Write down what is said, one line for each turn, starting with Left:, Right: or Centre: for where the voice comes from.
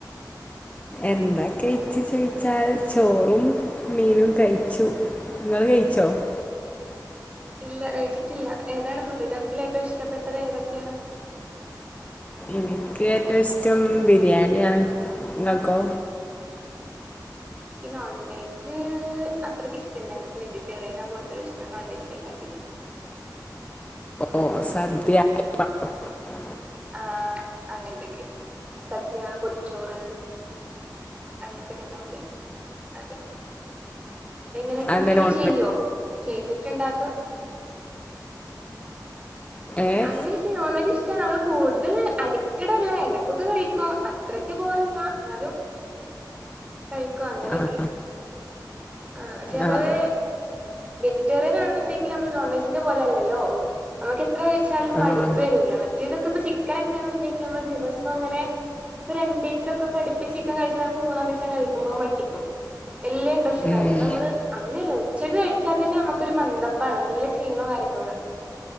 Left: എന്താ കഴിച്ചു ചോദിച്ചാൽ ചോറും മീനും കഴിച്ചു നിങ്ങള് കഴി ച്ചോ <inaudible>
Right: ഇല്ല കഴിച്ചിട്ടില്ല ഏതാണ് ഫുഡ് ഐറ്റംസിൽ ഏറ്റവും ഇഷ്ടപ്പെട്ടത് ഏതൊക്കെയാണ് <inaudible>
Left: എനിക്ക് ഏറ്റവും ഇഷ്ടം ബിരിയാണിയാണ് നിങ്ങൾക്കോ
Right: എനിക്ക് നോൺ വെജ് അത്രയ്ക്ക് ഇഷ്ടമല്ല എനിക്ക് വെജിറ്റേറിയനാ കൂടുതല് ഇഷ്ടം നോൺ വെജിനേ കാട്ടിലും ഉം
Left: ഓ സദ്യ <unintelligible>
Right: ആഹ അങ്ങെന്തൊക്കെ സദ്യ പൊതിച്ചോറ് അങ്ങനത്തൊക്കെ ഉണ്ടാവൂലേ അത് <inaudible> എങ്ങനെ
Left: അതെന്താ
Right: കുക്കിങ്
Left: നോൺ
Right: ചെയ്യോ ചെയ്തിട്ടുണ്ടോ അതോ
Left: ഏഹ്
Right: അങ്ങനെ ശരി ഇഷ്ട <unintelligible> കൂടുതൽ അഡിക്റ്റഡ് അല്ല ഇടക്കൊക്കെ കഴിക്കും അത്രക്ക് ബോറല്ല എന്നാലും കഴിക്കും അങ്ങനെയൊക്കെ
Left: ആഹ്
Right: ആ പക്ഷെ നമ്മള്
Left: ആഹ്
Right: വെജിറ്റേറിയൻ ആണെന്നുണ്ടെങ്കിലിൽ നമ്മള് നോൺ വെജിന്റെ പോലെ അല്ലല്ലോ നമ്മക്ക് എത്ര കഴിച്ചാലും മടുപ്പ്
Left: ആഹ്
Right: വരൂല മറ്റേ ഇതൊക്കെ ഇപ്പ ചിക്കൻ ഒക്കെ ആണെന്നുണ്ടെങ്കിൽ നമ്മ ദിവസം അങ്ങനെ ഇപ്പോ രണ്ടു ദിവസം ഒക്കെ അടുപ്പിച്ച് ചിക്കൻ കഴിച്ചാ നമുക്ക് മൂന്നാം ദിവസം കഴിക്കുമ്പോ മടുക്കും വലിയ ഇന്ററ സ്റ്റ് ഇണ്ടാവില്ല
Left: ഉം
Right: അപ്പ നമ്മള് അങ്ങനെയല്ല ഉച്ചക്ക് കഴിച്ചാൽ തന്നെ നമ്മുക്കൊ ഒരു മന്ദപ്പാണ് നല്ല ക്ഷീണോ കാര്യങ്ങളോ ആണ്